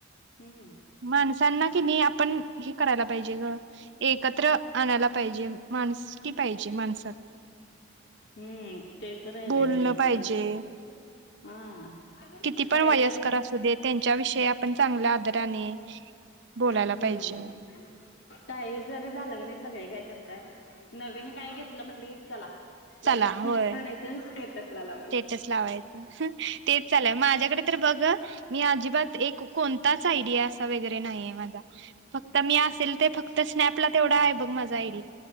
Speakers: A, on the left (about 60°); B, on the right (about 60°).
A: ह ह.
B: माणसांना कनी आपण हे करायला पाहिजे गं एकत्र आणायला पाहिजे, माणसुकी पाहिजे माणसात.
A: हम्म, तेच राहिलयं
B: बोलणं
A: नाही
B: पाहिजे
A: सगळ हा
B: किती
A: काय
B: पण वयस्कर
A: तरी
B: असू दे, त्यांच्याविषयी आपण चांगला आदराने बोलायला
A: हम्म
B: पाहिजे.
A: काही जरी झालं की, नाही सगळे काय करतात. नवीन काय घेतलं म्हटलं की, चला लगेच
B: चला
A: फोटो
B: होय
A: काढायच स्टेटसला लावायचं.
B: स्टेटस लावायच तेच चालूयं, माझ्याकडे तर बघ मी अजिबात एक कोणताच आय डि असं वगैरे नाही, माझा फक्त मी असेल ते फक्त स्नॅपला तेवढा आहे बघ माझा आयडी.